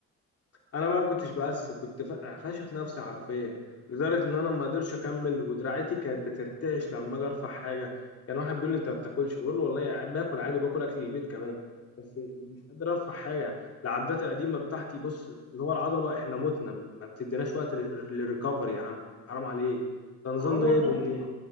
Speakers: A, on the left; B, on the right.
A: انا بقى ما كنتش بقسم كنت فا- فاشخ نفسي حرفيا لدرجه ان انا ما قدرتش اكمل ودراعتي كانت بترتعش لما اجي ارفع حاجه كان واحد بيقول لي انت ما بتاكلش بقول له والله يعني باكل عادي وباكل اكل البيت كمان بس مش قادر ارفع حاجه العدات القديمه بتاعتي بص اللي هو العضله احنا متنا ما بتديناش وقت لل- للريكفري يا عم حرام عليك ده النظام
B: ما هو
A: ده جايبه
B: ده
A: منين